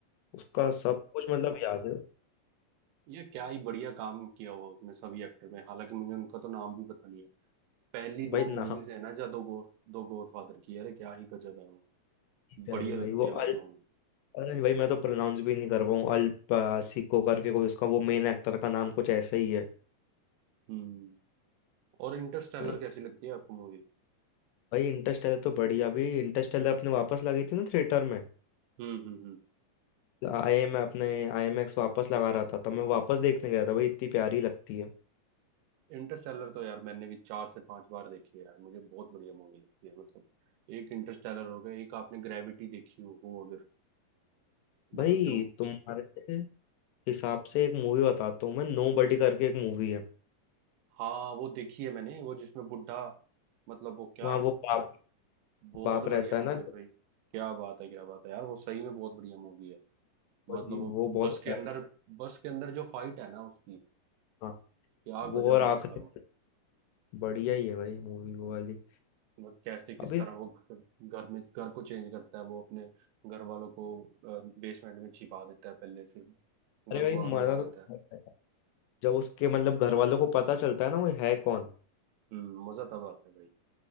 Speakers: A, on the left; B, on the right.
A: उसका सब कुछ मतलब याद है
B: ये क्या ही बढ़िया काम किया हुआ उसने सभी एक्टर में हालांकि मुझे उनका तो नाम भी पता नहीं है पहली दो
A: भाई नहा
B: मूवीज है ना जो दो गॉड दो गॉड फादर की अरे क्या ही गजब है
A: प्यारी
B: बढ़िया
A: भाई
B: लगती
A: वो
B: है भाई
A: अल
B: मूवी
A: अरे भाई मैं तो प्रोनाउंस भी नहीं कर पाऊँ अल सिको करके कोई उसका वो मेन एक्टर का नाम कुछ ऐसा ही है
B: हम्म और इंटरस्टेलर
A: भाई
B: कैसी लगती है आपको मूवी
A: भाई इंटरस्टेलर तो बढ़िया अभी इंटरस्टेलर अपने वापस लगी थी ना थिएटर में
B: हम्म हम्म हम्म
A: आई एम अपने आई एम एक्स वापस लगा रहा था तब मैं वापस देखने गया था भाई इतनी प्यारी लगती है
B: इंटरस्टेलर तो यार मैंने भी चार से पांच बार देखी है यार मुझे बहुत बढ़िया मूवी लगती है मतलब एक इंटरस्टेलर हो गया एक आपने ग्रेविटी देखी हो वो अगर मतलब
A: भाई
B: जो
A: तुम्हारे हिसाब से एक मूवी बताता हूँ मैं नो बडी करके एक मूवी है
B: हाँ वो देखी है मैंने वो जिसमें बुढ़ा मतलब वो क्या
A: वहाँ वो बाप
B: बहुत
A: बाप रहता
B: बढ़िया मूवी
A: है ना
B: है भाई क्या बात है क्या बात है यार वो सही में बहुत बढ़िया मूवी है मतलब
A: वो जी,
B: वो
A: वो बहुत
B: बस के
A: प्यारी
B: अंदर बस के अंदर जो फाइट है ना उसकी
A: हाँ
B: क्या
A: वो
B: गजब
A: और
B: मारता
A: आखिरी
B: है
A: बढ़िया ही है भाई मूवी वो
B: वो
A: वाली
B: वो कैसे किस
A: अभी
B: तरह वो घ- घर में घर को चेंज करता है वो अपने घर वालों को बेसमेंट में छिपा देता है पहले फिर
A: अरे
B: घर
A: भाई
B: को आग
A: मजा
B: लगा
A: तो
B: देता
A: बहुत
B: है
A: आया। जब उसके मतलब घर वालों को पता चलता है ना वो है कौन
B: हम्म मजा तब आता है भाई